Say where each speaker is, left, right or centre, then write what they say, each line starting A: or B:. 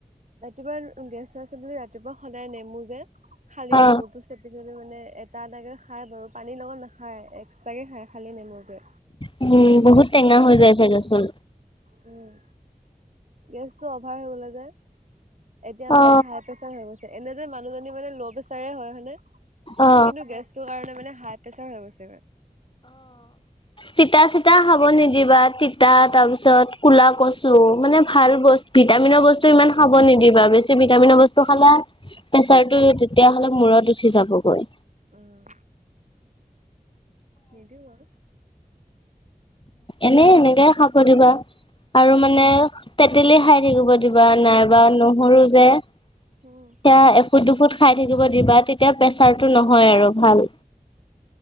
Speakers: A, on the right; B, on the left.
A: ৰাতিপুৱা গেছ আছে বুলি ৰাতিপুৱা সদায় নেমু যে খালি নেমুটো
B: অ
A: চেপি দিওঁ। সি মানে এটা-এটাকে খাই বাৰু, পানী লগত নাখায় এক্সট্ৰাকে খাই খালি নেমুটোৱে।
B: উম, বহুত টেঙা হৈ যায় চাগে চল
A: উম। গেছ টো অভাৰ হৈ গলে যে এতিয়া মানে
B: অ
A: হাৰ প্ৰেচাৰ হৈ গৈছে। এনে যে মানুহজনী মানে ল' প্ৰেচাৰ হয়, হয়নে
B: অ
A: কিন্তু গেছটো কাৰণে মানে হাই প্ৰেছাৰ হৈ গৈছে, গৈ
B: তিতা-চিতা খাব নিদিবা, তি তাৰ তাৰ পিছত কুলা কচু মানে ভাল বস্তু ভিটামিনৰ বস্তু ইমান খাব নিদিবা বেছি ভিটামিন বস্তু খালে প্ৰেচাৰটো তেতিয়া মানে মূৰত উঠি যাবগৈ
A: উম, নিদো অ
B: এনে এনেকে খাব দিবা আৰু মানে
A: উম
B: তেতেলী খাই থাকিব। কিবা নাইবা নহৰু যে সেয়া
A: উম
B: এফুট, দুফুট খাই থাকিব দিবা, তেতিয়া প্ৰেচাৰটো নহয় আৰু ভাল।